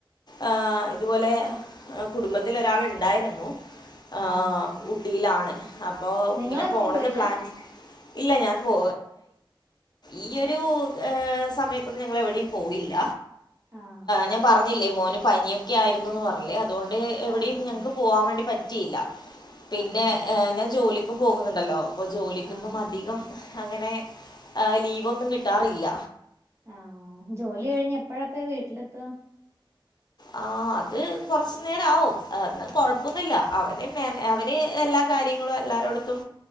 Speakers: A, on the left; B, on the right.
A: ആ ഇതുപോലെ കുടുംബത്തിലൊരാൾ ഇണ്ടായിരുന്നു. ആ
B: ആഹ്
A: ഊട്ടിയിലാണ്. അപ്പൊ
B: നിങ്ങളെങ്ങും
A: ഇങ്ങനെ പോണെന്ന്
B: പോയില്ല
A: പ്ലാൻ ഇല്ല ഞാൻ പോ ഈ ഒരു സമയത്തൊങ്ങള എവി ഞ്ഞി പോയില്ല
B: ആഹ്
A: ഞാൻ പറഞ്ഞില്ലേ മോന് പനിയൊക്കെ ആയിരുന്നുന്ന് പറഞ്ഞ.. തൊണ്ട് എവിടെയും
B: ആഹ് ആഹ്
A: ഞങ്ങക്ക് പോകൻ വേണ്ടി പറ്റിയില്ല. പിന്നെ
B: അതെ
A: ഞാൻ ജോലി.. പോകുന്നുണ്ടല്ലോ ഇപ്പൊ ജോലിക്കൊന്നും
B: ആഹ് ആഹ്
A: അധികം അങ്ങനെ. ആ് ലീവൊന്നും കിട്ടാറില്ല.
B: ആഹ ജോലി കഴിഞ്ഞ് എപ്പഴാപ്പ വീട്ടിലെത്ത.
A: ആ അത് കൊറച്ച് നേരം ആവും. എന്നു കൊഴപ്പൊന്നില്ല അവന് മ അവന് എല്ലാ കാര്യങ്ങളും എല്ലാരോടത്തും.